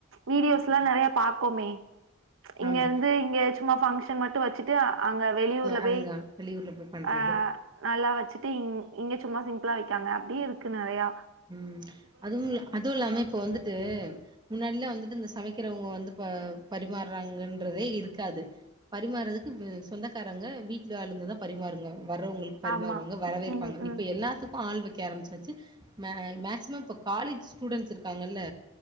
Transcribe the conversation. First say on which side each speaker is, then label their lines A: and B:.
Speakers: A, on the right (about 65°); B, on the right (about 20°).
A: வீடியோஸ் எல்லாம் நிறைய பாக்கோமே இங்க
B: ஆமா
A: இருந்து இங்க சும்மா ஃபங்க்ஷன் மட்டும் வச்சுட்டு அங்க வெளியூர்ல
B: அதுதா
A: போய்
B: வெளியூர்ல போய் பண்றது
A: அ நல்லா வச் வச்சுட்டு இங் இங்கே சும்மா சிம்பிளாக வைக்கா அப்படியேக்குது நிறையா
B: உம் அதுவு அதுவு இல்லாம இப்ப வந்து ட்டு முன்னாடியிலாம் வந்துட்டு இந்த சமைக்கிறவங்க வந்து பரிமாறுறாங்கன்றதே இருக்காது பரிமாறுறதுக்கு சொந்தக்காரங்க வீட்டுல ஆளுங்கதா பரிமாறுவாங்க வரவங்களுக்கு பரிமாறுவாங்க
A: ஆமா
B: வரவேற்பாங்க
A: ம் ம்
B: இப்ப எல்லாத்துக்கும் ஆள் வைக் கேரம் <unintelligible> மே மேக்சிமம் இப்ப காலேஜ் ஸ்டூடெண்ட்ஸ் இருக்காங்கல்ல